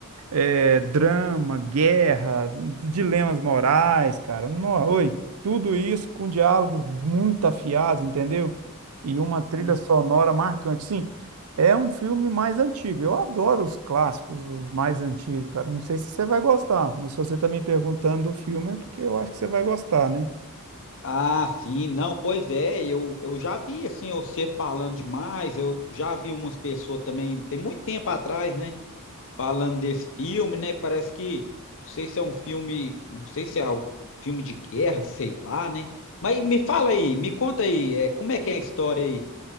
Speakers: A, on the right; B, on the left.
A: é, drama, guerra, dilemas morais, cara. No- oi, tudo isso com diálogos muito afiados, entendeu? E uma trilha
B: Hum.
A: sonora marcante. Sim, é um filme mais antigo. Eu adoro os clássicos os mais antigos, cara. Não sei se você vai gostar, mas se você tá me perguntando do filme é porque eu acho que você vai gostar, né?
B: Ah, sim, não, pois é, eu, eu já vi assim, você falando demais, eu já vi umas pessoas também, tem muito tempo atrás, né, falando desse filme, né, parece que, não sei se é um filme, não sei se é um filme de guerra, sei lá, né, mas me fala aí, me conta aí, é, como é que é a história aí?